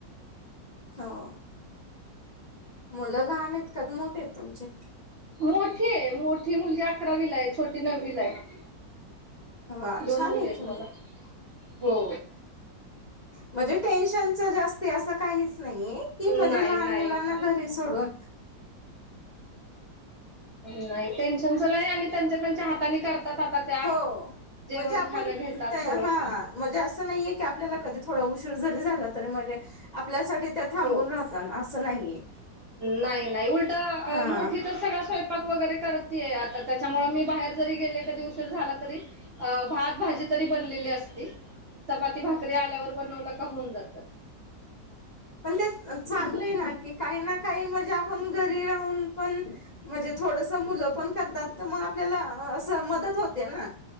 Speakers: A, on the left (about 30°); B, on the right (about 45°).
A: हो मुलं लहान आहेत का ते मोठे आहेत तुमचे
B: मोठी आहे मोठी मुलगी अकरावीला आहे. छोटी नववीला आहे.
A: वा
B: दोन
A: छान
B: मुले
A: आहे
B: आहेत
A: कि मग
B: मला हो,
A: म्हणजे टेन्शनच जास्त असं काहीच नाही. की म्हणजे
B: नाही
A: लहान
B: नाही
A: मुलांना घरी सोडून
B: नाही टेन्शनच नाही आणि त्यांच्या त्यांच्या हाताने करतात. त्यात आता त्या
A: हो
B: जेवण
A: म्हणजे आपण
B: खाणं घेतात सगळं
A: हा म्हजे असं नाहीये की, आपल्याला कधी थोडा उशीर जरी झाला तरी म्हणजे आपल्यासाठी त्या थांबून
B: हो
A: राहतना असं नाहीये.
B: नाही नाही उलट
A: हा
B: मोठी तर सगळ स्वयंपाक वगैरे करतये आता त्याच्यामुळे मी बाहेर जरी गेले कधी उशीर झाला तरी, अ भात भाजी तरी बनलेली असती चपाती भाकरी आल्यावर बनवला का होऊन जातं.
A: पण ते चांगलेय ना की काही ना काही मजा आपण घरी राहून पण म्हणजे थोडस मुलं पण करतात. तर मग आपल्याला असं मदत होते ना,